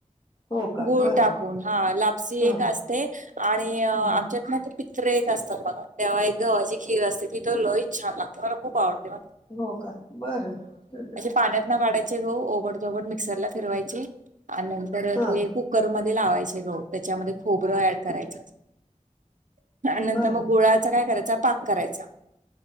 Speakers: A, on the left (about 40°); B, on the right (about 70°).
A: हो का
B: गुळ
A: बरं
B: टाकून हा लापसी
A: हा
B: एक असते आणि आमच्यात
A: हम्म
B: म. पित्रे एक असतात बघा तेव्हा एक गव्हाची खीर असते तिथं लोईित छान लागते मला खूप आवडते.
A: हो का बरं
B: हाे पाण्यात. काढायचे ग ओो मिक्सरला फिरयचे आणि नंतर
A: हा
B: ते कुकरमध्ये. लावायचे लो त्याच्यामध्ये खोबरं ऍड करायच. नंतर
A: बर
B: मग गोळाचा काय करायचा पाक करायचा